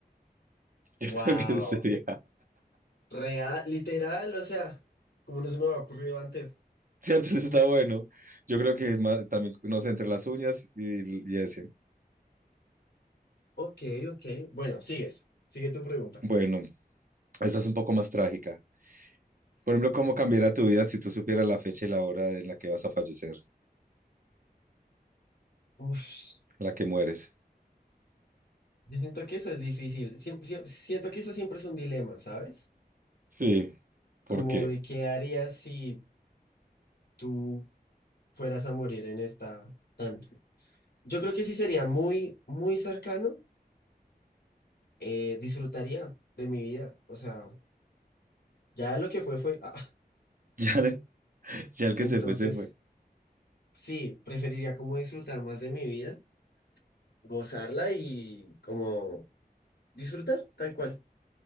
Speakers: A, on the right; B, on the left.
A: <laughs> Creo
B: Wow.
A: que sería,
B: Real, literal, o sea, como no se me había ocurrido antes.
A: ¿cierto? Eso está bueno. Yo creo que ma- también, no sé, entre las uñas y, y ese.
B: Ok, ok. Bueno, sigues. Sigue tu pregunta.
A: Bueno, esa es un poco más trágica. Por ejemplo, ¿cómo cambiaría tu vida si tú supieras la fecha y la hora en la que vas a fallecer,
B: Uf,
A: en la que mueres?
B: yo siento que eso es difícil. Siem- siem- siento que eso siempre es un dilema, ¿sabes?
A: Sí, ¿por
B: Como
A: qué?
B: de
A: <laughs>
B: qué harías si tú fueras a morir en esta tan. Yo creo que sí sería muy, muy cercano. eh, disfrutaría de mi vida. O sea, ya lo que fue fue. ah,
A: Ya, ya el que
B: entonces,
A: se fue, se fue.
B: sí, preferiría como disfrutar más de mi vida, gozarla y como Disfrutar, tal cual.